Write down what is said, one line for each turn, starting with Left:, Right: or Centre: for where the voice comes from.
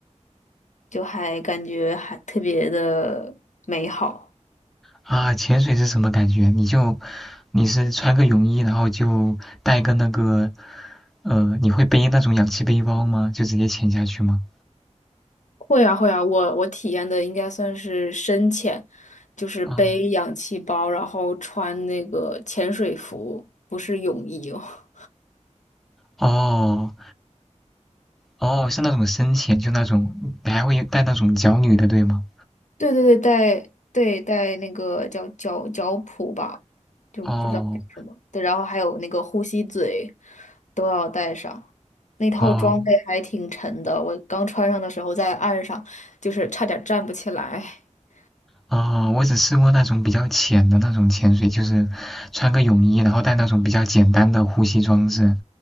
Left: 就还感觉还特别的美好。
Centre: 啊，潜水是什么感觉？你就你是穿个泳衣，然后就带个那个，呃，你会背那种氧气背包吗？就直接潜下去吗？
Left: 会啊，会啊，我我体验的应该算是深潜，就是背氧气包，
Centre: 哦
Left: 然后穿那个潜水服，不是泳衣哦。
Centre: 哦哦，是那种深潜，就那种，你还会带那种脚蹼的，对吗？
Left: 对对对，带对带那个叫脚脚蹼吧，就不知道叫什么。
Centre: 哦
Left: 对，然后还有那个呼吸嘴都要带上。那套装备还挺沉的，
Centre: 哦，
Left: 我刚穿上的时候在岸上就是差点站不起来。<laughs>
Centre: 啊、我只试过那种比较浅的那种潜水，就是穿个泳衣，然后带那种比较简单的呼吸装置，